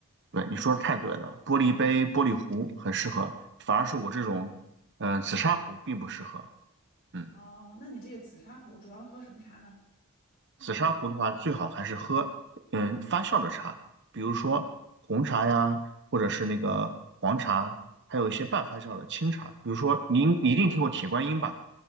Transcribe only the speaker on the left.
哦，那你这个紫砂壶主要喝什么茶呢？